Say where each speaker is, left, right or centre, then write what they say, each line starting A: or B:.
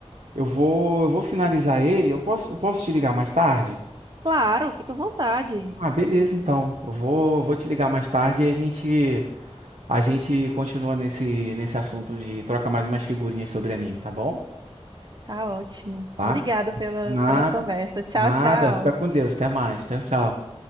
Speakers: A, on the right (about 85°); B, on the right (about 45°).
A: Eu vou, eu vou finalizar ele. Eu posso, eu posso te ligar mais tarde?
B: Claro, fica à vontade.
A: Ah, beleza, então. Eu vou, vou te ligar mais tarde e a gente, a gente continua nesse, nesse assunto de troca mais umas figurinhas sobre anime, tá bom?
B: Tá ótimo.
A: Tá?
B: Obrigada pela,
A: Nada,
B: pela conversa. Tchau,
A: nada.
B: tchau.
A: Fica com Deus. Até mais. Tchau, tchau.